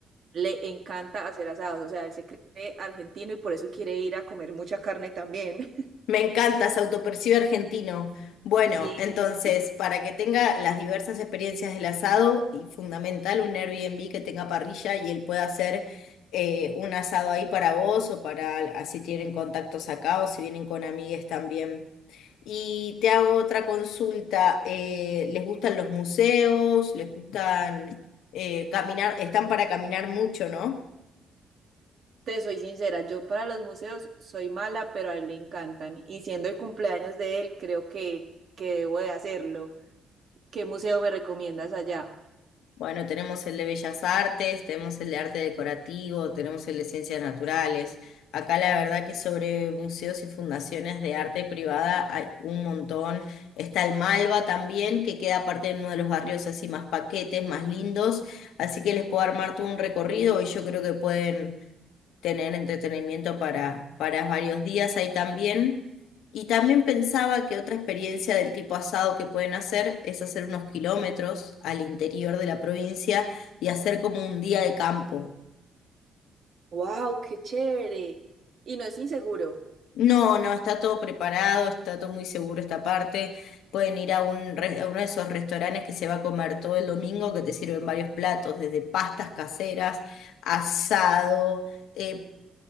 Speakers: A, on the right; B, on the left.
A: Le encanta hacer asados. O sea, él se cree argentino y por eso quiere ir a comer mucha carne también. <laughs>
B: Me encanta, se autopercibe argentino. Bueno,
A: Sí,
B: entonces, para que tenga las diversas experiencias del asado y fundamental un Airbnb que tenga parrilla y él pueda hacer eh, un asado ahí para vos o para así tienen contactos acá o si vienen con amigues también. Y te hago otra consulta. eh, ¿les gustan los museos? ¿Les gustan eh, caminar? Están para caminar mucho, ¿no?
A: te soy sincera. Yo para los museos soy mala, pero a él le encantan. Y siendo el cumpleaños de él, creo que, que debo de hacerlo. ¿Qué museo me recomiendas allá?
B: Bueno, tenemos el de Bellas Artes, tenemos el de Arte Decorativo, tenemos el de Ciencias Naturales. Acá la verdad que sobre museos y fundaciones de arte privada hay un montón. Está el Malva también, que queda aparte en uno de los barrios así más paquetes, más lindos. Así que les puedo armar todo un recorrido y yo creo que pueden tener entretenimiento para, para varios días ahí también. Y también pensaba que otra experiencia del tipo asado que pueden hacer es hacer unos kilómetros al interior de la provincia y hacer como un día de campo.
A: Wow, qué chévere. Y no es inseguro.
B: No, no, está todo preparado, está todo muy seguro esta parte. Pueden ir a, un, re- a uno de esos restaurantes que se va a comer todo el domingo, que te sirven varios platos, desde pastas caseras, asado eh,